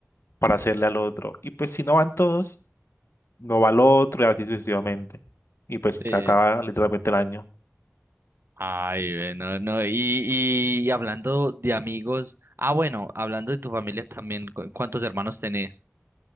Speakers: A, on the left; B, on the right.
A: para hacerle al otro. Y pues si no van todos, no va al otro y así sucesivamente. Y pues
B: Sí.
A: se acaba literalmente el año.
B: Ay, ve, no, no, y, y, y hablando de amigos, ah, bueno, hablando de tu familia también, ¿cu- ¿cuántos hermanos tenés?